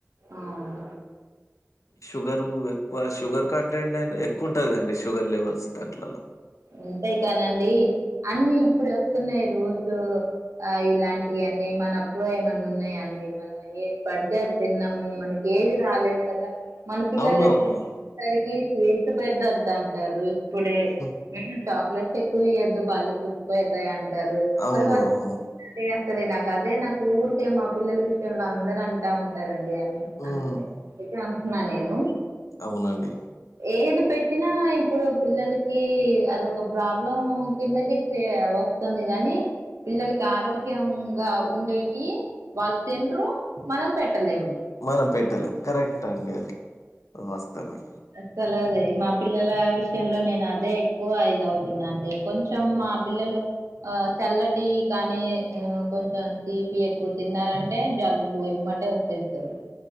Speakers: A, on the right; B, on the left.
A: అవును
B: షుగరు ఎక్వ షుగర్ కంటెంట్ అ ఎక్కువుంటది కదండీ షుగర్ లెవెల్స్ దాంట్లల
A: అంతేకాదండి అన్ని ఇప్పుడు వస్తున్నాయి రోజు ఆ ఇలాంటి నీ మనకు ఏమన్నా ఉన్నాయాండి మనం ఏది పడితే అది తిన్నాము మనకి ఏది రాలేదు కదా మన పిల్లల
B: అవునవునవును.
A: దగ్గర వచ్చేసరికి స్వీట్స్ పెటోదంటారు ఇప్పుడే
B: హ్మ్.
A: చాక్లెట్స్ ఎక్కువ ఇయద్దు పళ్ళు పుచ్చిపోతాయి అంటారు
B: అవును
A: మరి వాళ్ళ
B: అవును.
A: అసలు నాకు అదే నా ఊరికే మా పిల్లల విషయంలో అందరు అంటా ఉంటారండి అంతే
B: హ్మ్
A: అందుకే అంటున్నా నేను
B: అవునండి
A: ఏది పెట్టినా ఇప్పుడు పిల్లలకి అదొక ప్రాబ్లం కిందకి వస్తుంది గానీ పిల్లలకి ఆరోగ్యంగా ఉండేటి వాళ్ళు తినరు మనం పెట్టలేము
B: మనం పెట్టలేం కరెక్ట్ అండి అది వాస్తవే
A: అసలా మా పిల్లల విషయంలో నేను అదే ఎక్కువ ఇదవుతున్నడి కొంచెం మా పిల్లలు ఆ చల్లటి కానీ ఆ కొంచెం తీపి ఎక్కువ తిన్నారంటే జలుబు ఏమటే వచ్చేస్తది